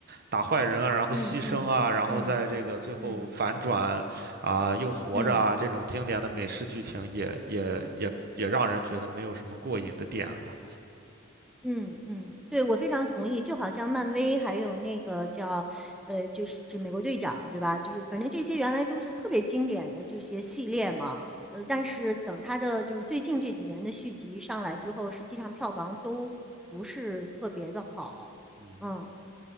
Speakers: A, on the right; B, in the centre.
A: 打坏人啊，然后牺牲啊，
B: 嗯嗯嗯嗯嗯。
A: 然后在这个最后反转啊，又活着啊，
B: 嗯嗯嗯
A: 这种经典的美式剧情也也也也让人觉得没有什么过瘾的点了。
B: 嗯嗯，对，我非常同意。就好像漫威还有那个叫，呃，就是美国队长，对吧？就是反正这些原来都是特别经典的这些系列嘛。呃，但是等他的就是最近这几年的续集上来之后，实际上票房都不是特别的好。
A: 嗯，
B: 嗯，